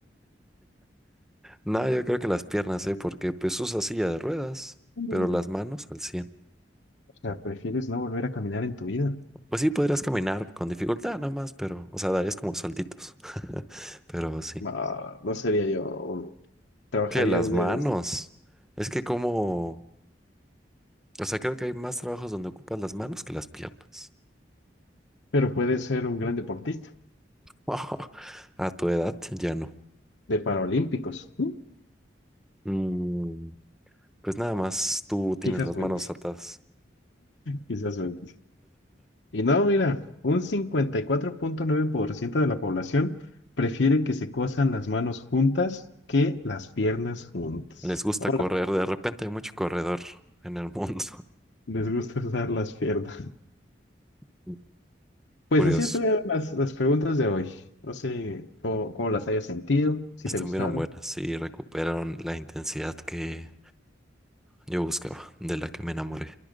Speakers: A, in the centre; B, on the left (about 75°).
A: No, yo creo que las piernas, ¿eh? Porque pues usa silla de ruedas,
B: Mm.
A: pero las manos al 100.
B: O sea, ¿prefieres no volver a caminar en tu vida?
A: Pues sí, podrías caminar con dificultad nada más, pero, o sea, darías como saltitos. <laughs> Pero sí.
B: No, no sería yo. Trabajarías
A: que las manos.
B: de...
A: Es que como, o sea, creo que hay más trabajos donde ocupas las manos que las piernas.
B: Pero puedes ser un gran deportista.
A: <laughs> A tu edad ya no.
B: de Paralímpicos. Mm,
A: Mm, pues nada más tú tienes
B: Quizás
A: las
B: mente,
A: manos atadas.
B: quizás mente. Y no, mira, un 54.9% de la población prefiere que se cosan las manos juntas que las piernas juntas.
A: Les gusta
B: Hola,
A: correr. De repente hay mucho corredor en el mundo.
B: les gusta usar las piernas.
A: <laughs>
B: Pues
A: Curioso.
B: así estuvieron las, las preguntas de hoy. No sé cómo, cómo las hayas sentido, si
A: Estuvieron
B: te gustaron.
A: buenas y recuperaron la intensidad que yo buscaba, de la que me enamoré.